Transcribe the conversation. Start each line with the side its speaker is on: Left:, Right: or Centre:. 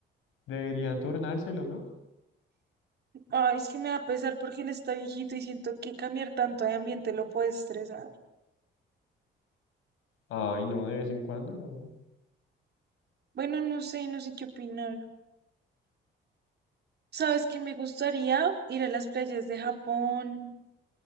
Left: deberían turnárselo, ¿no?
Right: Ay, es que me va a pesar porque él está viejito y siento que cambiar tanto de ambiente lo puede estresar.
Left: Ay, no, de vez en cuando, no.
Right: Bueno, no sé, no sé qué opinar. ¿Sabes que me gustaría ir a las playas de Japón?